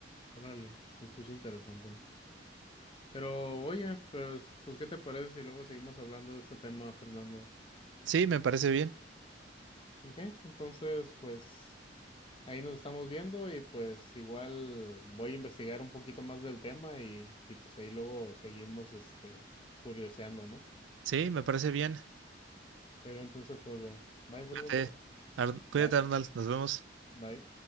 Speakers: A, on the left; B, on the right.
A: Órale. Se escucha interesante. Pero oye, pues, pues ¿qué te parece si luego seguimos hablando de este tema, Fernando?
B: Sí, me parece bien.
A: Ok, entonces pues ahí nos estamos viendo y pues igual voy a investigar un poquito más del tema y, y pues ahí luego seguimos este curioseando, ¿no?
B: Sí, me parece bien.
A: Te veo entonces luego. Bye, Fernando.
B: Cuídate, Ar- cuídate,
A: Bye,
B: Arnold. Nos vemos.
A: bye.